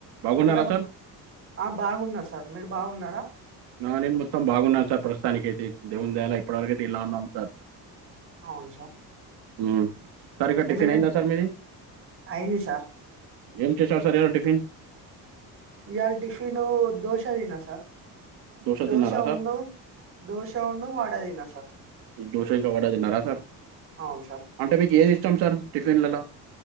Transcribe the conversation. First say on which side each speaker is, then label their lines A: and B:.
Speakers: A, on the right; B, on the right.
A: బాగున్నారా
B: అంత బా
A: సార్
B: ఆ బాగున్నా సార్ మీరు బాగున్నారా
A: నా నేను మొత్తం బాగున్నాను సార్ ప్రస్తుతానికి ఐతే దేవుని దయ వల్ల ఇప్పటివరకైతే ఇలా ఉన్నాం సార్
B: అవును సార్
A: ఉ సార్ ఇంకా టిఫిన్
B: ఏమైనా
A: అయిందా సార్ మీది
B: అయింది సార్
A: ఏం చేశారు సార్ ఈరోజు టిఫిన్
B: ఇయాల టిఫిన్ దోశ తిన్న సార్
A: దోశ
B: దోశను
A: తిన్నారా సార్
B: దోషను వడ తిన్న సార్
A: దోష ఇంకా వడ తిన్నారా సార్
B: అవును సార్
A: అంటే మీకు ఏది ఇష్టం సార్ టిఫిన్లలో